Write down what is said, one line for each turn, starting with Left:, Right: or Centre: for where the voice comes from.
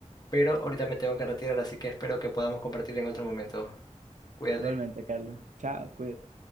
Left: pero ahorita me tengo que retirar, así que espero que podamos compartir en otro momento. Cuídate.
Right: Igualmente, Carlos. Chao, cuídate.